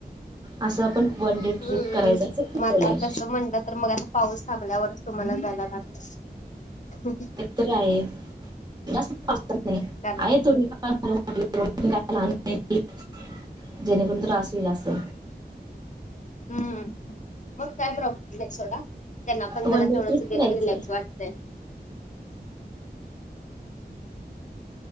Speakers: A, on the right; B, on the left.
A: असं आपण वन डे
B: हम्म.
A: ट्रिप करायचं असं ठवलं
B: मग आता तसं म्हणलं तर मग आता पाऊस थांबल्यावरच तुम्हाला जायला लागत. <unintelligible>
A: इथं आहे, जास्तस नाही
B: कारण
A: आहे थोडी फार <unintelligible> जेणेकरून त्रास होईल असं.
B: हम्म मग काय प्रॉब्लेम नाही सोडा, त्यांना पण
A: वन
B: जरा
A: डे
B: तेवड
A: ट्रिप करायचं
B: रिलॅक्स वाटत <unintelligible>